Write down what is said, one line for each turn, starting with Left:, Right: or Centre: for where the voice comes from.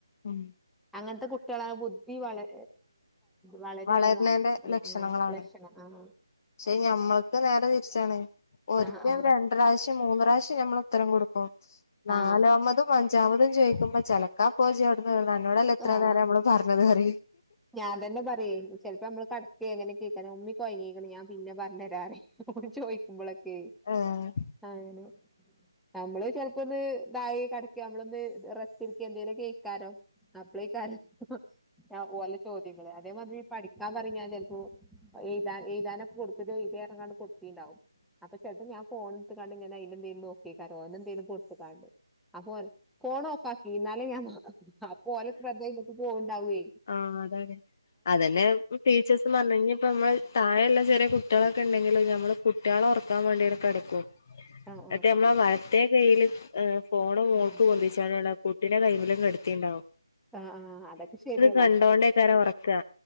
Left: ഉം
Centre: അങ്ങനത്തെ കുട്ടികളായ ബുദ്ധി വള വളരെ
Left: വളരണേന്റെ
Centre: <unintelligible>
Left: ലക്ഷണങ്ങളാണ്
Centre: ലക്ഷണം ആഹ
Left: പക്ഷെ ഞമ്മൾക്ക് നേരെ തിരിച്ചാണ് ഒരിക്കൽ
Centre: ആഹ് ആഹ്
Left: രണ്ട <unintelligible> മൂന്ന് പ്രാാവ നമ്മൾ ഉത്തരം കൊടുക്കും
Centre: ആഹ്
Left: നാമതും അഞ്ചാമതും ചോദിക്കുമ്പോ ചലക <inaudible> എന്നോടല്ല എത്ര
Centre: ആഹ്
Left: നേരം നമ്മള് പറഞ്ഞത് പറ
Centre: ഞാൻ തന്നെ പറയ ചിലപ്പോ നമ്മള് കടക്ക എങ്ങനെ കേൾക്കാ ഉമ്മിിക്കയങ്ങീക്ക ഞാൻ പിന്നെ പറഞ്ഞഞ്രാറ ചോദിക്കുമ്പോളൊക്കെ
Left: ആഹ്
Centre: ആനെ നമ്മള് ചിലപ്പോ ഒന്ന് ദായ കിടക്ക നമ്മളൊന്ന് റെസ്റ്റ് ഇരിക്ക എന്തെേിലും കേൾക്കാരോ അപ്ളേക്കാരല്ല ചോദ്യങ്ങള് അതേമാതിരി പഠിക്കാൻ പറഞ്ഞാൽ ചിലപ്പോ എഴുാൻ എഴുതാനൊക്കെ കൊടുത്തിട്ട എഴത ഇറങ്ങാണ്ട് കൊടുത്തിുണ്ടാാവും അപ്പൊ ചെട്ടത് ഞാ ഫോണടുട്ട കണ്ടിങ്ങനെ അയലണ്ടീന്നരുന്നു ോ എന്തേലും കൊടുത്തക്കാണ്ട് അപ്പൊ ഫോൺ ഓഫ ആാക്കി ഇ എന്നാലേ ഞാൻ ആ പോല ശ്രദ്ധൊക്കക്ക് പോവണ്ടാവേ
Left: ആഹ് അതന്നെ ടീച്ചേഴ് പറഞ്ഞെപ്പോ നമ്മള് താഴെയല്ല ചെറിയ കുട്ടികള ഉണ്ടെങ്കിൽ നമ്മള് കുട്ടികളെ ഉറക്കാൻ വേണ്ടിക്കെ എടുക്കും
Centre: ആഹ്
Left: മേ നമ്മ മരത്ത കയ്യിൽ ഫോണ് മോൾക്ക്
Centre: ആഹ്
Left: കൊതിച്ചാണ് കുട്ടിനെ കൈമിലും കെടുത്തിട്ടണ്ടാവും
Centre: ആഹ് ആ് അതൊക്കെ ശരിയ
Left: കണ്ടോണ്ടേക്കാര ഉറക്കുക